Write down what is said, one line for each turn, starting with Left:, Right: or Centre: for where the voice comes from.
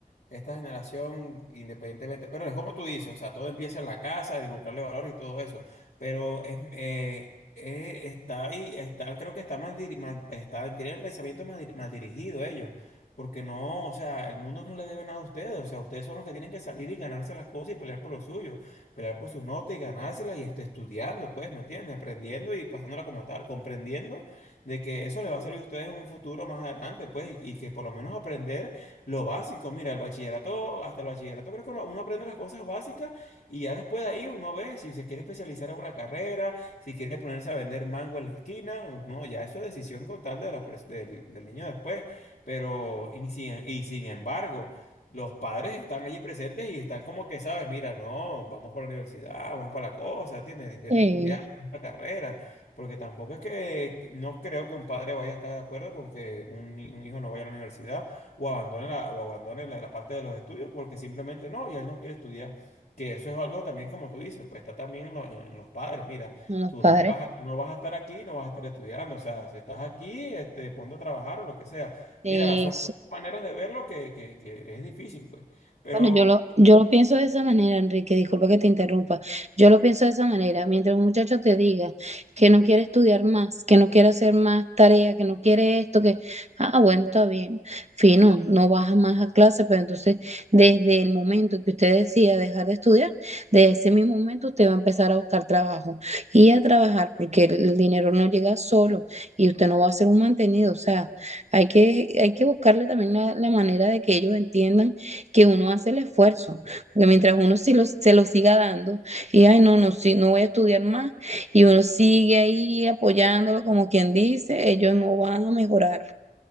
Left: esta generación, independientemente, pero es como tú dices, o sea, todo empieza en la casa, y buscarle valor y todo eso, pero es, eh, eh, está ahí, está, creo que está mal, diri- mal- está, tienen el pensamiento mal, di- mal dirigido ellos, porque no, o sea, el mundo no le debe nada a ustedes, o sea, ustedes son los que tienen que salir y ganarse las cosas y pelear por lo suyo, pelear por sus notas y ganárselas y este, estudiando, pues, ¿me entiendes? Aprendiendo y pasándola como tal, comprendiendo de que eso les va a servir a ustedes en un futuro más adelante, pues, y y que por lo menos aprender lo básico. Mira, el bachillerato, hasta el bachillerato creo que uno uno aprende las cosas básicas y ya después de ahí uno ve si se quiere especializar en una carrera, si quiere ponerse a vender mango en la esquina, pues no, ya eso es decisión total de la pers- del, del niño después. Pero, y sin, y sin embargo, los padres están allí presentes y están como que, sabes, mira, no, vamos para la universidad, vamos para la cosa, ¿entiendes? Intenta
Right: eh,
Left: estudiar una carrera. Porque tampoco es que no creo que un padre vaya a estar de acuerdo con que un, ni- un hijo no vaya a la universidad o abandone la, o abandone la, la parte de los estudios porque simplemente no, y él no quiere estudiar. Que eso es algo también, como tú dices, pues está también en, lo- en los padres. Mira,
Right: a los
Left: tú
Right: padres.
Left: no me vas a, no vas a estar aquí, no vas a estar estudiando. O sea, si estás aquí, este, ponte a trabajar o lo que sea.
Right: Sí,
Left: Mira, son maneras de verlo que, que, que es difícil, pues. Pero.
Right: Bueno, yo lo, yo lo pienso de esa manera, Enrique, disculpa que te interrumpa. Yo lo pienso de esa manera. Mientras un muchacho te diga que no quiere estudiar más, que no quiere hacer más tareas, que no quiere esto, que, ah, bueno, está bien, fino, no baja más a clase, pero entonces desde el momento que usted decida dejar de estudiar, desde ese mismo momento usted va a empezar a buscar trabajo y a trabajar, porque el, el dinero no llega solo y usted no va a ser un mantenido. O sea, hay que, hay que buscarle también la la manera de que ellos entiendan que uno hace el esfuerzo, porque mientras uno sí lo, se lo siga dando y, ay, no, no, sí, no voy a estudiar más, y uno sigue ahí apoyándolo como quien dice, ellos no van a mejorar.